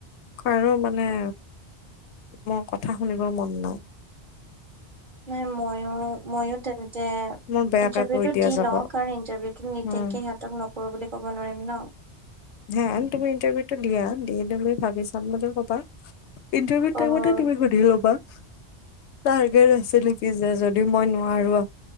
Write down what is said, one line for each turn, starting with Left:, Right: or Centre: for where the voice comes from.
Left: কাৰো মানে মোৰ কথা শুনিবৰ মন নাই।
Right: নাই মই অঁ, ময়ো তেনেতে
Left: মোৰ বেয়াকে
Right: ইন্টাৰভিউটো
Left: কৈ দিয়া
Right: দি
Left: যাব
Right: লওঁ, কাৰণ ইন্টাৰভিউটো নিদিয়াকে
Left: উম,
Right: সিহঁ তক নকৰো বুলি ক'ব নোৱাৰিম ন।
Left: হে তুমি ইণ্টাৰভিউটো দিয়া, দি তুমি ভাবি চাম বুলি ক'বা। ইণ্টাৰভিউ
Right: অ'।
Left: টাইমতে তুমি সুধি ল'বা।
Right: <inaudible>
Left: টাৰ্গেট আছে নেকি যে যদি মই নোৱাৰো